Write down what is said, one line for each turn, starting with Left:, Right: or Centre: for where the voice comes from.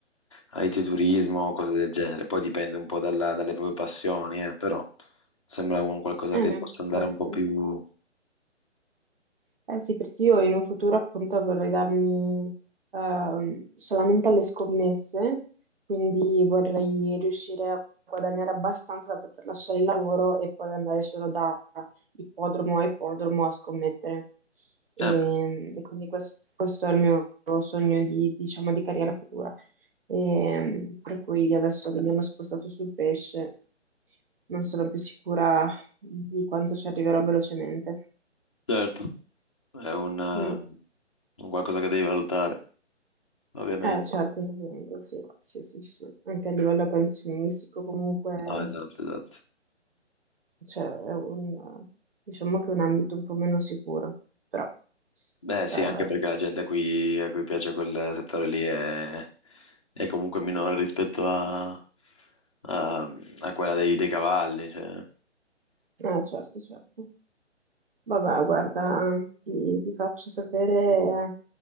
Left: agriturismo, cose del genere. Poi dipende un po' dalla- dalle proprie passioni, eh, però sembra un qualcosa
Right: Eh,
Left: che
Right: ma
Left: possa andare
Right: infatti.
Left: un po' più...
Right: Eh sì, perché io in un futuro appunto vorrei darmi ehm, solamente alle scommesse, quindi vorrei riuscire a guadagnare abbastanza da poter lasciare il lavoro e poi andare solo da ippodromo a ippodromo a scommettere. E,
Left: Eh, beh, sì.
Right: e quindi quest- questo, è il mio sogno di, diciamo, di carriera futura. E, per cui io adesso che mi hanno spostato sul pesce, non sono più sicura di quanto ci arriverò velocemente.
Left: Certo, è un, eh,
Right: Mm.
Left: un qualcosa che devi valutare, ovviamente.
Right: Eh, certo, indubbiamente, sì, sì, sì, sì. Anche a livello pensionistico comunque,
Left: No, esatto, esatto.
Right: cioè, è un, diciamo che è un ambito un po' meno sicuro, però,
Left: Beh, sì,
Right: eh,
Left: anche perché la gente a cui, a cui piace quel settore lì è, è comunque minore rispetto a, a- a quella dei, dei cavalli. Cioè.
Right: eh, certo, certo. Vabbè, guarda, ti, ti faccio sapere